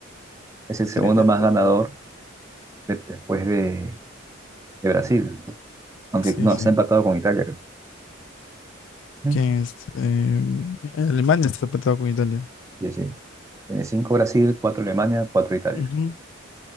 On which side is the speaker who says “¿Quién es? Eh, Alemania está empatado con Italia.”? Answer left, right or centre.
Left